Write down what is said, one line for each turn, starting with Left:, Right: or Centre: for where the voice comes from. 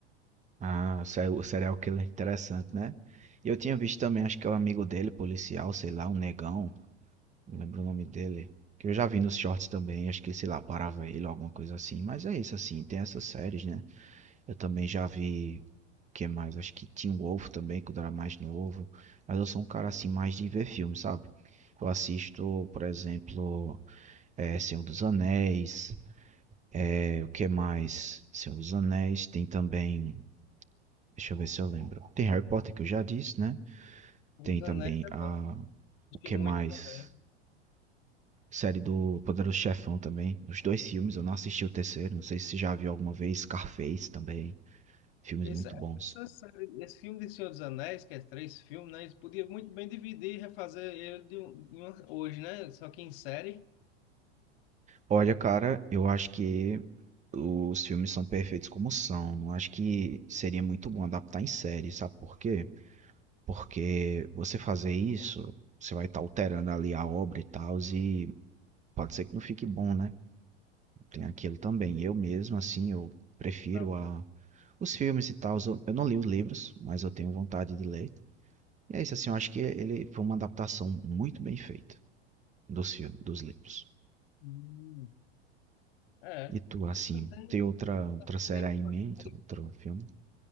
Right: Ah, se- o serial killer interessante, né? E eu tinha visto também, acho que é o amigo dele, policial, sei lá, um negão, não lembro o nome dele. Que eu já vi nos shorts também, acho que, sei lá, parava ele, alguma coisa assim. Mas é isso, assim, tem essas séries, né? Eu também já vi, que mais? Acho que Teen Wolf também, quando eu era mais novo. Mas eu sou um cara, assim, mais de ver filme, sabe? Eu assisto, por exemplo, é, Senhor dos Anéis, é, o que mais? Senhor dos Anéis, tem também... Deixa eu ver se eu lembro. Tem Harry Potter, que eu já disse, né?
Left: O
Right: Tem
Left: Zanetti
Right: também
Left: é
Right: a.
Left: bom, assisti
Right: O que
Left: muito
Right: mais?
Left: também.
Right: Série do Poderoso Chefão também. Os dois filmes, eu não assisti o terceiro. Não sei se você já viu alguma vez. Scarface também. Filmes
Left: Isso,
Right: muito bons.
Left: essa série- esse filme de Senhor dos Anéis, que é três filmes, né? Eles podiam muito bem dividir e refazer ele de um- em uma- hoje, né? Só que em série.
Right: Olha, cara, eu acho que os filmes são perfeitos como são. Não acho que seria muito bom adaptar em série, sabe por quê? Porque você fazer isso, você vai estar alterando ali a obra e tal, e pode ser que não fique bom, né? Tem aquilo também. Eu mesmo, assim, eu prefiro
Left: pra-
Right: a, os filmes e tal. Eu, eu não li os livros, mas eu tenho vontade de ler. E é isso, assim, eu acho que ele foi uma adaptação muito bem feita dos filmes, dos livros.
Left: Hum. É.
Right: E tu, assim,
Left: Também
Right: tem outra, outra série
Left: lembro
Right: aí
Left: de
Right: em
Left: uma
Right: mente,
Left: série.
Right: outro filme?